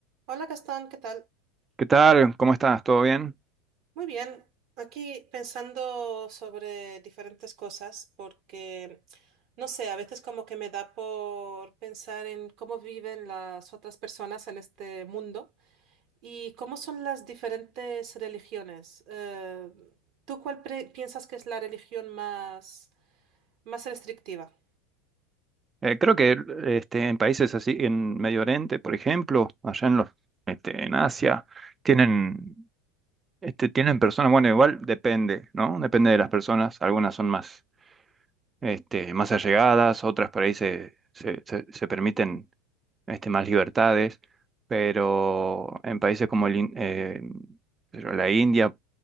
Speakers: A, on the right (about 55°); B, on the right (about 20°).
A: Hola Gastón, ¿qué tal?
B: ¿Qué tal? ¿Cómo estás? ¿Todo bien?
A: Muy bien, aquí pensando sobre diferentes cosas porque, no sé, a veces como que me da por pensar en cómo viven las otras personas en este mundo y cómo son las diferentes religiones. Eh, ¿tú cuál pre- piensas que es la religión más, más restrictiva?
B: Eh, creo que este, en países así, en Medio Oriente, por ejemplo, allá en los, este, en Asia, tienen, este, tienen personas, bueno, igual depende, ¿no? Depende de las personas. Algunas son más, este, más allegadas, otras por ahí se, se, se- se permiten este, más libertades, pero en países como el, in- eh, pero la India,